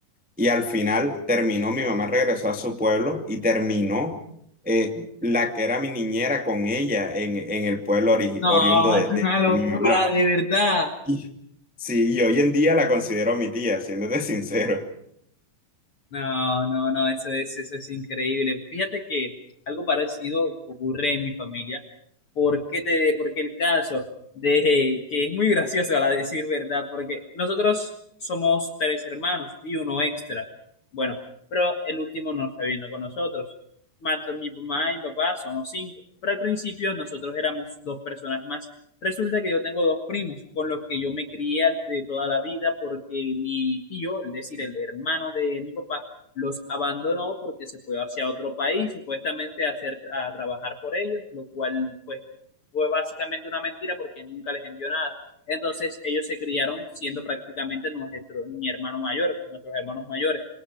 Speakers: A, in the centre; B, on the left (about 50°).
A: Y al final terminó, mi mamá regresó a su pueblo y terminó eh, la que era mi niñera con ella en, en el pueblo ori-
B: No,
A: oriundo
B: es
A: de, de-
B: una locura,
A: de mi mamá.
B: de verdad.
A: Y, sí, y hoy en día la considero mi tía, siéndote sincero.
B: No, no, no, eso es, eso es increíble. Fíjate que algo parecido ocurre en mi familia. ¿Por qué te, porque el caso de que es muy gracioso a la decir verdad? Porque nosotros somos tres hermanos y uno extra. Bueno, pero el último no está viviendo con nosotros. Más mi mamá y mi papá somos cinco. Pero al principio nosotros éramos dos personas más. Resulta que yo tengo dos primos con los que yo me crié de toda la vida porque mi tío, es decir, el hermano de mi papá, los abandonó porque se fue hacia otro país, supuestamente a, hacer, a trabajar por ellos, lo cual pues fue básicamente una mentira porque nunca les envió nada. Entonces ellos se criaron siendo prácticamente nuestro, mi hermano mayor, nuestros hermanos mayores.